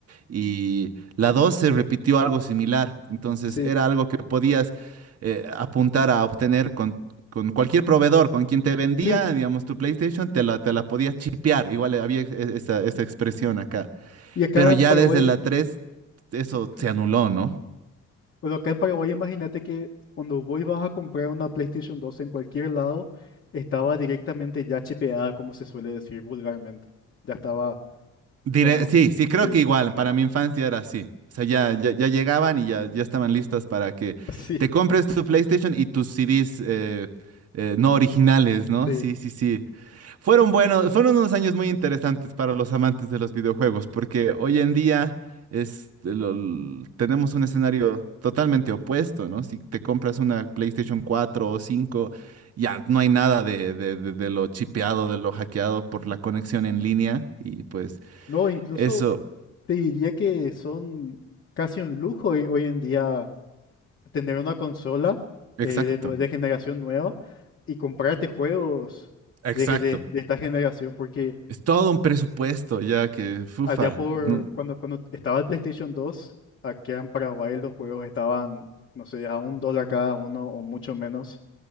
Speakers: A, on the right (about 55°); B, on the left (about 45°).
A: y la dos se repitió algo similar. Entonces
B: sí,
A: era algo que podías eh, apuntar a obtener con, con cualquier proveedor, con quien te vendía,
B: sí,
A: digamos, tu PlayStation, te la, te la podía chipear. Igual había e- esa, esa expresión acá.
B: Y acá
A: Pero
B: en
A: ya
B: Paraguay,
A: desde la 3 eso
B: sí.
A: se anuló, ¿no?
B: Bueno, acá en Paraguay imagínate que cuando vos vas a comprar una PlayStation 2 en cualquier lado, estaba directamente ya chipeada, como se suele decir vulgarmente. Ya estaba
A: Diré,
B: con...
A: sí, sí, creo
B: Sí,
A: que igual, para mi infancia era así. O sea, ya, ya, ya llegaban y ya, ya estaban listas para que
B: <laughs> sí,
A: te compres tu PlayStation y tus CDs eh, eh, no originales, ¿no?
B: sí.
A: Sí, sí, sí. Fueron buenos, fueron unos años muy interesantes para los amantes de los videojuegos, porque hoy en día es, lo- l- tenemos un escenario totalmente opuesto, ¿no? Si te compras una PlayStation cuatro o cinco ya no hay nada de, de- de- de lo chipeado, de lo hackeado por la conexión en línea, y pues
B: No, incluso
A: eso,
B: te diría que son casi un lujo hoy, hoy en día tener una consola
A: exacto,
B: eh, de, nue- de generación nueva y comprarte juegos
A: exacto.
B: de, de de esta generación, porque...
A: Es todo un presupuesto ya que, fufa,
B: Allá por
A: no-
B: cuando, cuando estaba el PlayStation 2 aquí en Paraguay los juegos estaban, no sé, a un dólar cada uno o mucho menos.